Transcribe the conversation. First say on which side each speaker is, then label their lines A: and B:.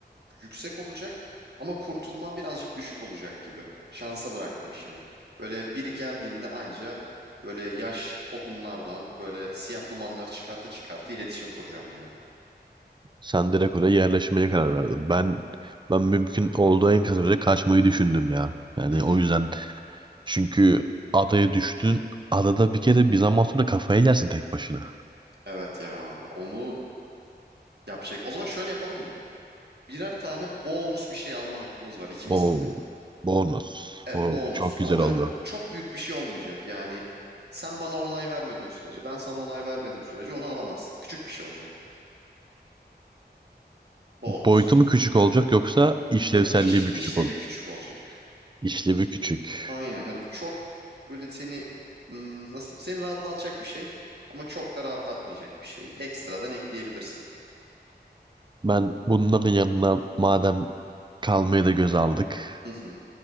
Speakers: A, on the right; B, on the right.
A: yüksek olacak ama kurtulman birazcık düşük olacak gibi. Şansa bıraktım işimi. Böyle biri geldiğinde anca böyle yaş odunlardan böyle siyah dumanlar çıkartı çıkartı iletişim kuracağım yani.
B: Sen direkt oraya yerleşmeye karar verdin. Ben ben mümkün olduğu en kısa sürede kaçmayı düşündüm ya. Yani
A: Hı hı.
B: o yüzden Çünkü adaya düştün. Adada bir kere bir zaman sonra kafayı yersin tek başına.
A: Evet ya onu yapacak. O zaman şöyle yapalım mı? Birer tane bonus bir şey alma hakkımız var ikimizin
B: O
A: de.
B: bonus.
A: Evet
B: O
A: bonus
B: çok güzel
A: ama böyle
B: oldu.
A: çok büyük bir şey olmayacak. Yani sen bana onay vermediğin sürece ben sana onay vermediğim sürece onu alamazsın. Küçük bir şey olacak. Bonus.
B: Boyutu mu küçük olacak yoksa işlevselliği
A: Yok iş
B: mi
A: işlevi
B: küçük olur?
A: küçük olacak.
B: İşlevi küçük.
A: Aynen. Hani çok böyle seni hmm, nasıl diyeyim? Seni rahatlatacak bir şey ama çok da rahatlatmayacak bir şey. Ekstradan ekleyebilirsin.
B: Ben bunların yanına madem kalmayı da göz aldık.
A: Hı hı.